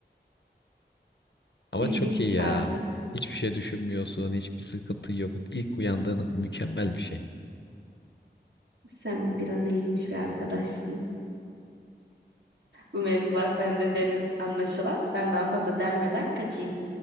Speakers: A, on the right (about 85°); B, on the left (about 75°).
A: <laughs>
B: Ama
A: ilginç
B: çok iyi
A: bir çarsın.
B: ya. Hiçbir şey düşünmüyorsun, hiçbir sıkıntı yok. İlk uyandığın an mükemmel bir şey.
A: Sen biraz ilginç bir arkadaşsın. Bu mevzular sende derin anlaşılan. Ben daha fazla delmeden kaçayım.